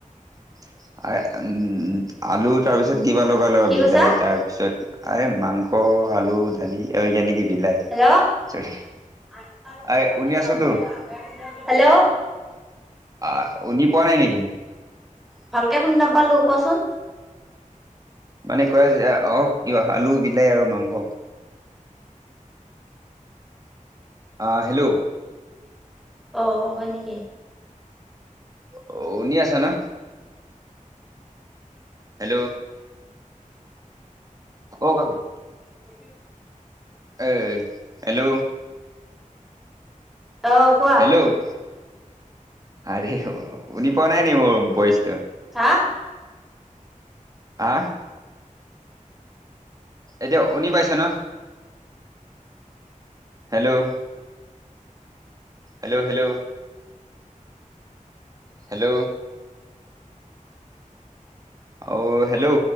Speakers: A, on the right (about 25°); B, in the centre.
A: <inaudible> আ উম আলু তাৰপিছত কিবা লগা লগ
B: কি
A: বিলাহী
B: কৈছা
A: তাৰ পিছত আই মাংস। আলু দালি য জানকি বিলাই
B: হেল্ল'
A: চৰি
B: <unintelligible>
A: আৰে শুনি আছোতো
B: হেল্ল'।
A: আহ শুনি পোৱা নাই নেকি?
B: ভালকে শুনি নাপালো কোৱাচোন।
A: মানে কয় আহক ক আলু বিলাহী আৰু মাংস। আহ হেল্ল'।
B: অ হয় নেকি?
A: অ শুনি আছা না? হেল্ল'। <unintelligible>
B: <unintelligible>
A: এ হেল্ল'।
B: অ কোৱা।
A: হেল্ল' আৰে শুনি পোৱা নাই নি মোৰ ভয়েছটো?
B: হা?
A: আহ? এতিয়া শুনি পাইছা ন? Hello hello hello. হেল্ল'। অ হেল্ল'।